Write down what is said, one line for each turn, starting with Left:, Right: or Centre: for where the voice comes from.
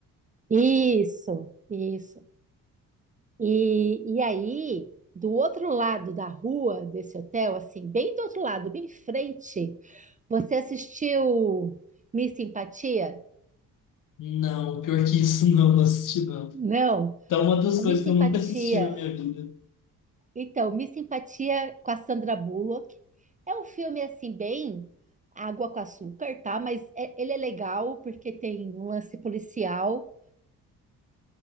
Right: Isso, isso. E, e aí, do outro lado da rua desse hotel, assim, bem do outro lado, bem em frente, você assistiu Miss Simpatia?
Left: Não, pior que isso, <laughs> não, não assisti, não.
Right: Não,
Left: Então, uma das
Right: a Miss
Left: coisas que
Right: Simpatia.
Left: eu nunca assisti na minha vida.
Right: Então, Miss Simpatia com a Sandra Bullock. É um filme assim bem água com açúcar, tá? Mas é- ele é legal porque tem um lance policial.